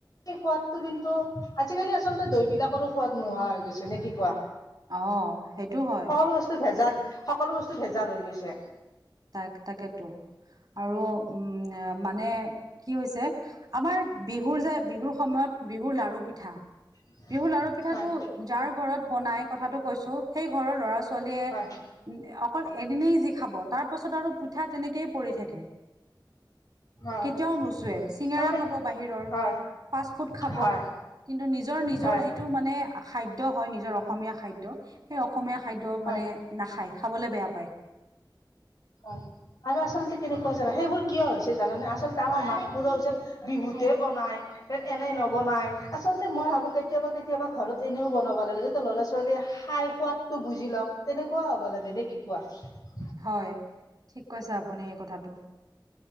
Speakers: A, on the left (about 45°); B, on the right (about 50°).
A: সেই সোৱাদটো কিন্তু আজিকালি আচলতে দৈ বিলাকৰ ও সোৱাদ নোহোৱা হৈ গৈছে। নে কি কোৱা?
B: অ, সেইটো হয়।
A: সকলো বস্তু ভেজাল সকলো বস্তু ভেজাল লৈ গৈছে।
B: তাক তাকেতো আৰু উম মানে কি হৈছে আমাৰ বিহুৰ যে বিহুৰ সময়ত বিহুৰ লাাৰু পিঠা
A: <inaudible>
B: বিহুৰ লাৰু পিঠাটো
A: হয়
B: যাৰ ঘৰত বনাই কথাটো কৈছো সেই ঘৰৰ লৰা-ছোৱালীয়ে
A: হয়
B: অকল এদিনেই যি খাব তাৰ পাছত আৰু পিঠা তেনেকয় পৰি থাকে।
A: হয়
B: কেতিয়াও নুচোৱে চিঙেৰা
A: তাৰমানে
B: খাব বাহিৰৰ।
A: হয়
B: ফাষ্ট-ফুড খাব।
A: হয়
B: কিন্তু, নিজৰ নিজৰ
A: হয়
B: যিটো মানে, খাদ্য হয় নিজৰ অসমীয়া খাদ্য সেই অসমীয়া খাদ্য
A: হয়
B: মানে নাখায় খাবলৈ বেয়া পায়
A: অ, আৰু আচলতে কেনেকুৱা জানা সেইবোৰ কিয় হৈছে জানানে আচলতে আমাৰ মাক বোৰৰ যে বিহু বনাই এনে নবনাই আচলতে মই ভাবো কেতিয়াবা কেতিয়াবা ঘৰত এনেও বনাব লাগে। ল'ৰা-ছোৱালীয়ে খাই শুৱাতটো বুজি লওক তেনেকুৱা হ'ব লাগে। নে কি কোৱা? <unintelligible>
B: হয় ঠিক কৈছে আপুনি এই কথাটো